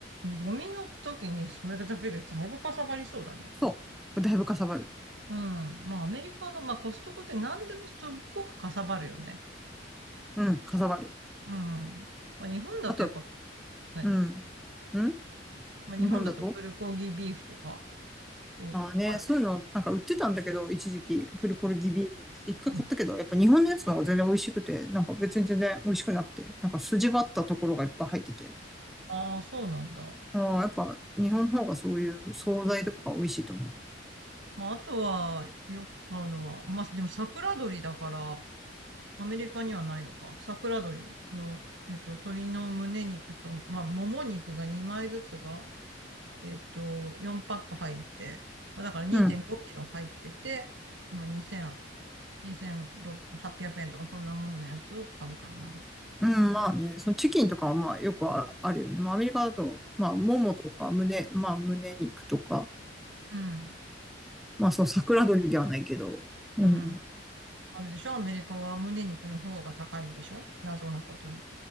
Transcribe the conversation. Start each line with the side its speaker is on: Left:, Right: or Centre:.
Right: ゴミの時にそれだけでだいぶかさばりそうだね。
Centre: そう。だいぶかさばる。
Right: うん。まあアメリカの、まあ、コストコって何でもすっごくかさばるよね。
Centre: うん、かさばる。
Right: うん。まあ、日本だとやっぱ
Centre: あと、
Right: 何
Centre: うん。ん
Right: まあ、日本だとプルコギビーフとか、
Centre: 日本だと。
Right: うんあるけど。
Centre: ああね、そういうの、なんか売ってたんだけど、一時期、プルコルギビーフ。一回買ったけど、
Right: うん。
Centre: やっぱ日本のやつの方が全然美味しくて、なんか別に全然美味しくなくて、なんか筋張ったところがいっぱい入ってて。
Right: ああ、そうなんだ。
Centre: ああ、やっぱ日本の方がそういう惣菜とか美味しいと思う。
Right: まあ、あとは、よく買うのは、まあ、でも桜鶏だから、アメリカにはないのか。桜鶏の、えっと、鶏の胸肉と、まあ、もも肉が2枚ずつが、えっと、4パック入って、まあ、だから2.5キロ入ってて、
Centre: うん。
Right: 今2000、2800円とかそんなもんのやつを買うかな。
Centre: うん、まあね、そのチキンとかはまあよくああるよね。まあアメリカだと、まあももとか胸、まあ胸肉とか、
Right: うん。
Centre: まあその桜鶏ではないけど、うん。
Right: うん。あれでしょアメリカは胸肉の方が高いんでしょ謎なことに。